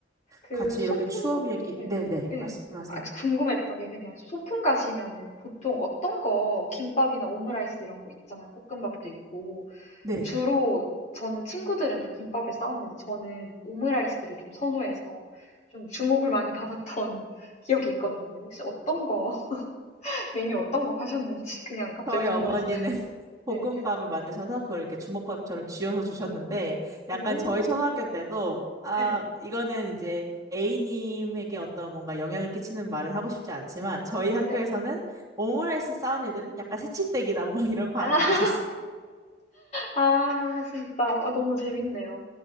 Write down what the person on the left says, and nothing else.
그
소풍
네.
예.
아 저 궁금했던 게 그냥 소풍 가시면은 보통 어떤 거 김밥이나 오므라이스 이런 거 있잖아요. 볶음밥도 있고.
주로 저는 친구들은 다 김밥을 싸왔는데 저는 오므라이스를 좀 선호해서 좀 주목을 많이 받았던 <laughs> 기억이 있거든요. 혹시 어떤 거 <laughs> 메뉴 어떤 거 하셨는지 그냥 갑자기
궁금했어요.
네.
오 오.
예.
네.
아. <laughs>
아 진짜. 아 너무 재밌네요.